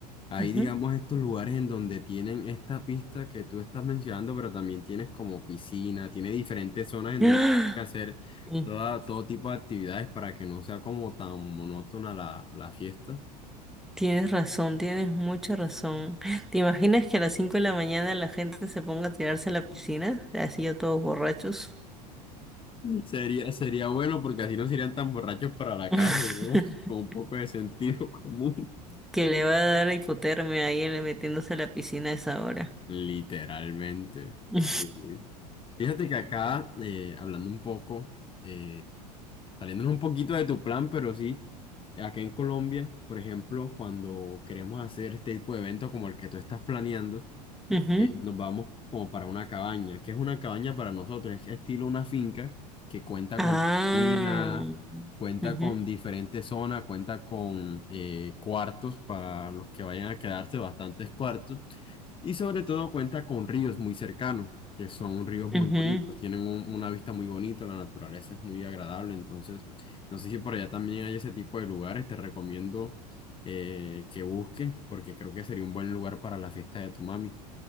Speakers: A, on the left; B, in the centre.
A: Hay,
B: Ujú.
A: digamos, estos lugares en donde tienen esta pista que tú estás mencionando, pero también tienes como piscina, tiene diferentes zonas en
B: ¡Ah!
A: donde hacer
B: Mm,
A: toda, todo tipo de actividades para que no sea como tan monótona la, la fiesta. <laughs>
B: Tienes razón, tienes mucha razón. ¿Te imaginas que a las 5 de la mañana la gente se ponga a tirarse a la piscina? Así yo todos borrachos.
A: Sería, sería bueno porque así no serían tan borrachos para la
B: <laughs>
A: casa, ¿no? <laughs> Con un poco de sentido <laughs> común.
B: Que le va a dar hipotermia ahí él metiéndose a la piscina a esa hora.
A: Literalmente,
B: <laughs> Ujú,
A: sí. Fíjate que acá, eh, hablando un poco, eh, saliéndonos un poquito de tu plan, pero sí, acá en Colombia, por ejemplo, cuando queremos hacer este tipo de eventos como el que tú estás planeando,
B: ujú.
A: eh, nos vamos como para una cabaña, que es una cabaña para nosotros, es estilo una finca que cuenta
B: Ah,
A: con piscina, cuenta
B: ujú,
A: con diferentes zonas, cuenta con eh, cuartos para los que vayan a quedarse, bastantes cuartos, y sobre todo cuenta con ríos muy cercanos, que son ríos
B: ujú.
A: muy bonitos, tienen un- una vista muy bonita, la naturaleza es muy agradable, entonces no sé si por allá también hay ese tipo de lugares, te recomiendo eh, que busques, porque creo que sería un buen lugar para la fiesta de tu mami.